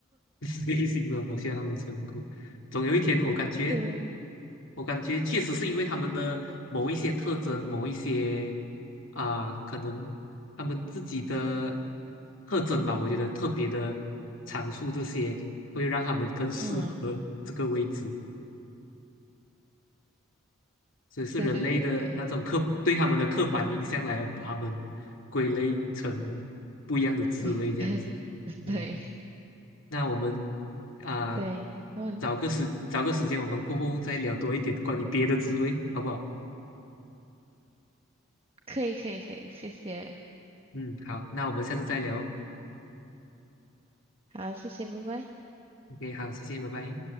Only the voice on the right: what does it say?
对，
嗯，
对对对对，没
<laughs> 对
对，然后
可以可以可以，谢谢，
好，谢谢，拜拜。